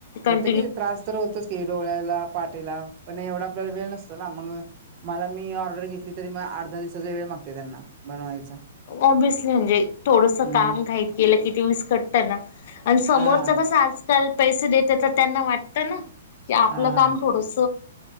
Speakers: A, on the left (about 40°); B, on the right (about 30°).
A: कण
B: होतं की त्रास तर होतचं की डोळ्याला पाटिला पण एवढा आपल्याला वेळ नसतो ना मग मला मी ऑर्डर घेतली तरी मग. आठ-दहा दिवसाचा वेळ मागते त्यांना बनवायला.
A: ओब्युअसली म्हणजे थोडस
B: हम्म
A: काम घाईत केलं कि ते विस्कटतं ना. आणि समोरच
B: हा
A: कसं आज. त्याल पैसे देते तर त्यांना वाटत ना. की आपलं
B: हा
A: काम थोडस